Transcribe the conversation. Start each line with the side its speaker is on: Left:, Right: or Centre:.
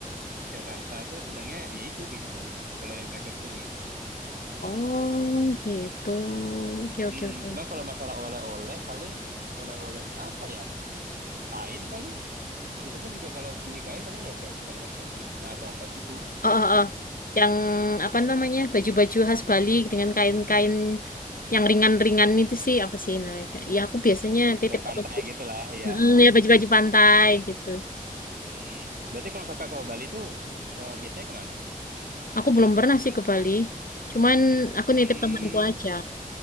Right: Jakarta tuh senangnya ya itu gitu. Kalau yang mereka ke sini.
Left: Oh, gitu. Oke, oke,
Right: Mm,
Left: oke.
Right: cuman kalau masalah oleh-oleh paling oleh-olehnya apa ya? Kain paling. Itu pun juga kalau beli kain paling ya kayak tempat-tempat kayak Krishna atau apa gitu.
Left: Oh, oh, oh. Yang apa namanya? Baju-baju khas Bali dengan kain-kain yang ringan-ringan itu sih apa sih namanya? Kak? Ya aku biasanya titip
Right: Kain pantai
Left: ke baju-
Right: gitu lah ya.
Left: Mm,
Right: heeh.
Left: ya baju-baju pantai gitu.
Right: Hmm, berarti kalau kakak ke Bali itu eh, biasanya kemana?
Left: Aku belum pernah sih ke Bali. Cuman aku nitip
Right: Hmm,
Left: temanku aja.